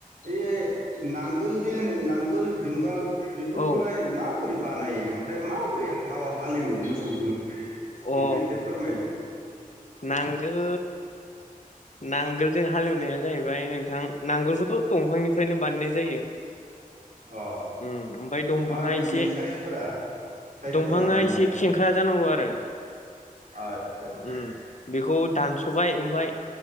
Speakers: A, on the right; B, on the left.
A: इ नांगोलदि होनो नांगोल जुंगाल बेफोरखौलाय
B: औ
A: मा बोरै बानायो ओमफ्राय माबोरै हाबा हालेवो मोसौजों
B: अ
A: बेखौ एसे फोरमायलाय
B: नांगोल नांगोलजों हालेवनाया जाहैबाय नोंथां नांगोलखौथ दंफांनिफ्रायनो बानायनाय जायो
A: अ
B: उम ओमफ्राय दंफाङा
A: माबायदि
B: एसे
A: साइसफोरा साइसफोरा
B: दंफाङा
A: बिनिया
B: एसे खेंख्रा जानांगौ आरो
A: आदसा आदसा
B: उम बेखौ दानसबाय ओमफ्राय